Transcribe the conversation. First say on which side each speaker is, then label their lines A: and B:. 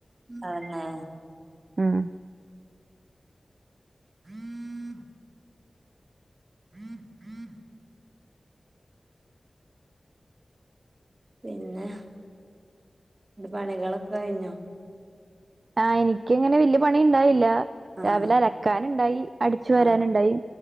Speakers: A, on the right (about 35°); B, on the right (about 55°).
A: ആന്നോ
B: ഉം
A: മ്മ്മ്മ്മ് മ്മ് മ്മ് പിന്നെ അന്റെ പണികളൊക്കെ കഴിഞ്ഞോ
B: ആഹ് എനിക്കങ്ങനെ വല്യ പണിയുണ്ടാവില്ല
A: ആഹ്
B: രാവിലെ അലക്കാനുണ്ടായി അടിച്ചു വരാനുണ്ടായി
A: ആഹ്